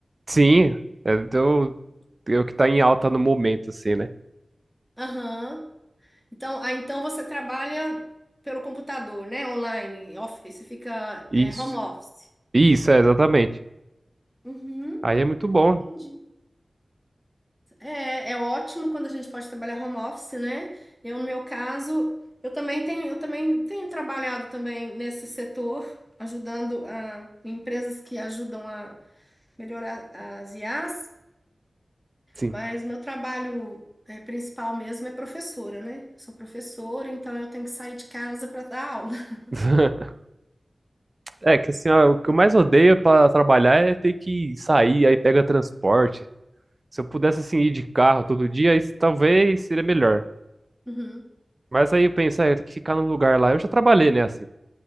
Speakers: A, on the right (about 35°); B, in the centre.
A: Sim, é, eu, eu que tá em alta no momento, assim, né?
B: Aham. Então, ah, então você trabalha pelo computador, né? Online, off, você fica
A: Isso.
B: é, home office.
A: Isso, é exatamente.
B: Uhum.
A: Aí é muito bom.
B: Entendi. É, é ótimo quando a gente pode trabalhar home office, né? Eu, no meu caso, eu também tenho, eu também tenho trabalhado também nesse setor, ajudando a, em empresas que ajudam a melhorar as IAs,
A: Sim.
B: mas meu trabalho é, principal mesmo é professora, né? Eu sou professora, então eu tenho que sair de casa para dar aula. <laughs>
A: <laughs> É que assim, ó, o que eu mais odeio pra trabalhar é ter que sair, aí pega transporte. Se eu pudesse assim ir de carro todo dia, isso talvez seria melhor.
B: Uhum.
A: Mas aí eu penso, ah, eu tenho que ficar num lugar lá. Eu já trabalhei, né, assim.